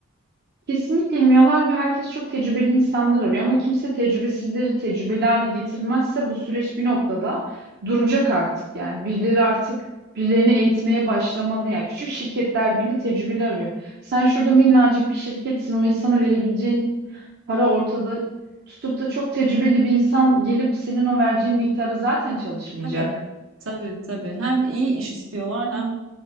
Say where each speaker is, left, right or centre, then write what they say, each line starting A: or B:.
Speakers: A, on the right (about 50°); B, on the right (about 65°).
A: Kesinlikle emiyorlar ve herkes çok tecrübeli insanlar arıyor ama kimse tecrübesizleri tecrübeli hale getirmezse bu süreç bir noktada duracak artık. Yani birileri artık birilerini eğitmeye başlamadı. Yani küçük şirketler bile tecrübeli arıyor. Sen şurada minnacık bir şirketsin o insana verebileceğin para ortada tutup da çok tecrübeli bir insan gelip senin o vereceğin miktara zaten çalışmayacak.
B: Evet. Tabii tabii. Hem iyi iş istiyorlar hem